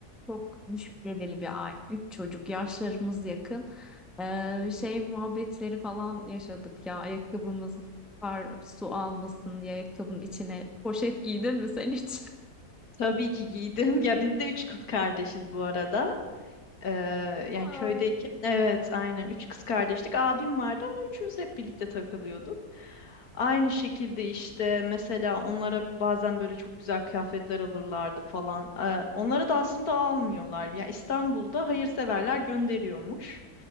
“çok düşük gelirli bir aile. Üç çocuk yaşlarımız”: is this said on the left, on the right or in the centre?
Centre